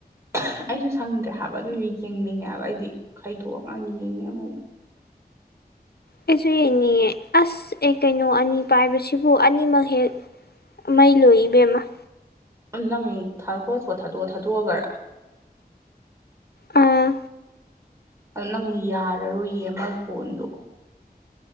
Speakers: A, on the right; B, on the left.
A: <unintelligible> ꯑꯩꯁꯨ ꯁꯪꯗ꯭ꯔꯦ ꯍꯥꯏꯕ ꯑꯗꯨꯏꯁꯨ ꯌꯦꯡꯅꯤꯡꯉꯦ ꯍꯥꯏꯕ ꯑꯩꯗꯤ ꯈꯥꯏꯗꯣꯛ ꯑꯀꯥꯟ ꯌꯦꯡꯉꯦ ꯑꯃꯨꯛ
B: ꯑꯩꯁꯨ ꯌꯦꯡꯅꯤꯡꯑꯦ ꯑꯁ ꯑꯦ ꯀꯩꯅꯣ ꯑꯅꯤ ꯄꯥꯏꯕꯁꯤꯕꯨ ꯑꯅꯤꯃꯛ ꯍꯦꯛ <inaudible>
A: ꯅꯪ ꯍꯣꯠꯁꯄꯣꯠ ꯊꯗꯣꯛ ꯊꯥꯗꯣꯛꯑꯒꯔ
B: ꯑꯥ
A: ꯅꯪ ꯌꯥꯔꯔꯣꯏꯌꯦ ꯑꯃ ꯐꯣꯟꯗꯣ